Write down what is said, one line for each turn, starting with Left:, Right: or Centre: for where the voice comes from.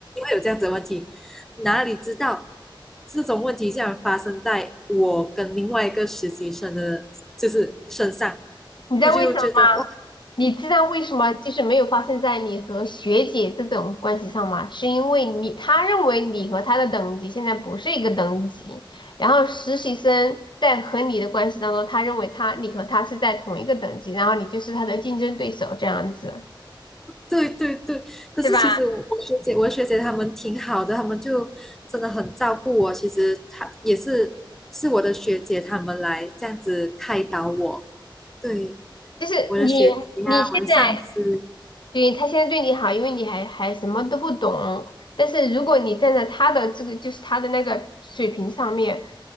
Centre: 会有这样子的问题，哪里知道这种问题竟然发生在我跟另外一个实习生的，就是身上，
Left: 你在为什么？
Centre: 我就觉得哇，
Left: 你知道为什么就是没有发生在你和学姐这种关系上吗？是因为你他认为你和他的等级现在不是一个等级，然后实习生在和你的关系当中，他认为他你和他是在同一个等级，然后你就是他的竞争对手这样子，
Centre: 对对对，可是其实我我学姐我学姐她们挺好的，
Left: 是吧？
Centre: 她们就真的很照顾我。其实她也是是我的学姐，她们来这样子开导我。对，
Left: 就是你
Centre: 我的学姐呀、
Left: 你现在
Centre: 我的上司，
Left: 对他现在对你好，因为你还还什么都不懂。但是如果你站在他的这个就是他的那个水平上面，